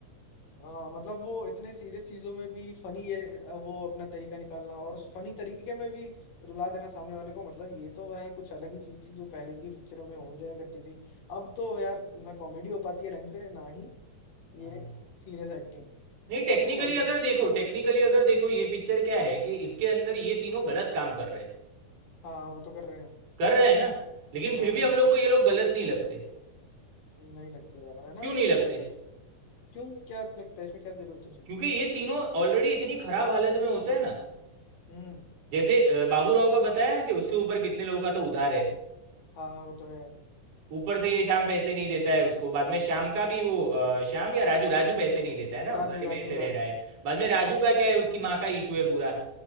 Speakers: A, on the left (about 75°); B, on the right (about 65°).
A: हाँ मतलब वो इतने सीरियस चीजों में भी फनी है वो अपना तरीका निकालना और फनी तरीके में भी रुला देना सामने वाले को मतलब ये तो भाई कुछ अलग ही चीज थी जो पहले की पिक्चरों में हो जाया करती थी अब तो यार ना कॉमेडी हो पाती है ढंग से ना ही ये
B: हाँ।
A: सीरियस एक्टिंग
B: नहीं टेक्निकली
A: अब तो भाई बहुत
B: अगर देखो टेक्निकली अगर देखो ये पिक्चर क्या है कि इसके अंदर ये तीनों गलत काम कर रहे हैं
A: हाँ वो तो कर रहे हैं
B: कर रहे हैं ना लेकिन
A: हाँ
B: फिर
A: हाँ
B: भी हम लोग को ये लोग गलत नहीं लगते
A: नहीं लगते यार है ना
B: क्यों नहीं
A: वो
B: लगते
A: पता नहीं कुछ क्यों क्या लगता है इसमें क्या जरूरत हो सकती
B: क्योंकि
A: है
B: ये तीनों ऑलरेडी इतनी खराब हालत में होते हैं ना
A: हम्म
B: जैसे अ, बाबू राव का बताया ना कि उसके ऊपर कितने लोगों का तो उधार है
A: हाँ वो तो है
B: ऊपर से ये श्याम पैसे नहीं देता है उसको बाद में श्याम का भी वो अ, श्याम या राजू राजू पैसे नहीं देता है ना
A: राजू
B: उधारी
A: राजू
B: में ऐसे
A: राजू
B: रह रहा है बाद में राजू
A: हाँ
B: का क्या है उसकी माँ का इशू है पूरा